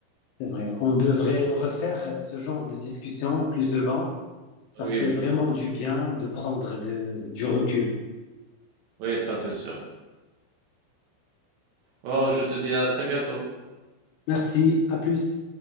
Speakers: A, on the left (about 75°); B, on the right (about 70°).
A: C'est vrai. On devrait refaire ce genre de discussion plus souvent. Ça
B: Oui,
A: fait
B: oui.
A: vraiment du bien de prendre de- du recul.
B: Oui, ça c'est sûr. Bon, je te dis à très bientôt.
A: Merci, à plus.